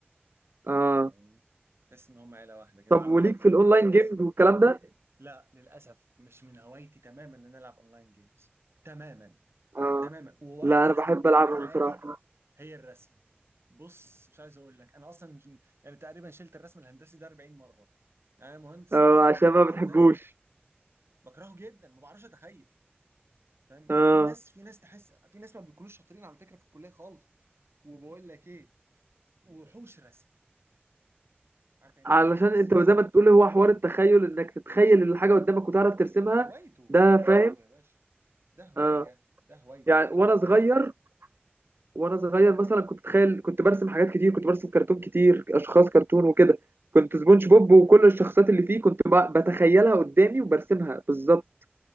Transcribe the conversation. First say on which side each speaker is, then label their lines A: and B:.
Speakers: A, on the right; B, on the right.
A: آه
B: يعني تحس ان هم عيلة واحدة كده
A: طب
B: على
A: وليك
B: فكرة بحب
A: في الأونلاين
B: العب تنس
A: جيمز والكلام ده
B: لا للأسف مش من هوايتي تماما إن أنا ألعب أونلاين جيمز تماما
A: آه
B: تماما وأكتر
A: لا أنا
B: حاجة
A: بحب
B: بكرهها
A: ألعبها
B: في حياتي
A: بصراحة
B: هي الرسم بص مش عايز أقول لك أنا أصلا ج- يعني تقريبا شلت الرسم الهندسي ده 40 مرة يعني أنا مهندس
A: آه
B: أهو
A: عشان ما
B: وحرفيا
A: بتحبوش
B: ما بكرهه جدا ما بعرفش أتخيل فاهم
A: اه
B: في ناس في ناس تحس في ناس ما بيكونوش شاطرين على فكرة في الكلية خالص وبقول لك إيه وحوش رسم عارف يعني
A: علشان
B: إيه وحوش رسم
A: انت زي ما تقول هو حوار التخيل انك تتخيل الحاجه قدامك وتعرف ترسمها
B: هوايته
A: ده فاهم
B: هوايته يا باشا ده هواية
A: اه
B: ده هوايته
A: يعني
B: الراجل
A: وانا
B: ده هوايته
A: صغير
B: الرسم
A: وانا صغير مثلا كنت اتخيل كنت برسم حاجات كتير كنت برسم كرتون كتير اشخاص كرتون وكده كنت سبونج بوب وكل الشخصيات اللي فيه كنت ب- بتخيلها قدامي وبرسمها بالظبط